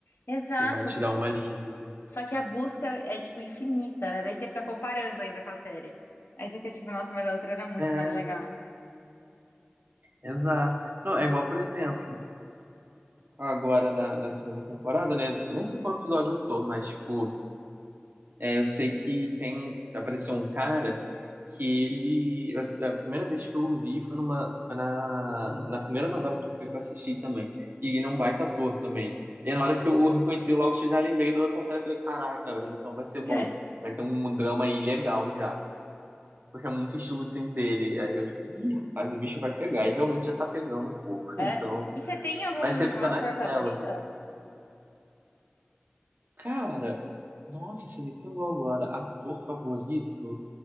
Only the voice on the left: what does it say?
Exato.
Só que a busca é, tipo, infinita, né? Daí você fica comparando ainda com a série. Aí você fica tipo, nossa, mas a outra era muito
mais legal.
<laughs>
É.
E você tem algum
ator
favorito?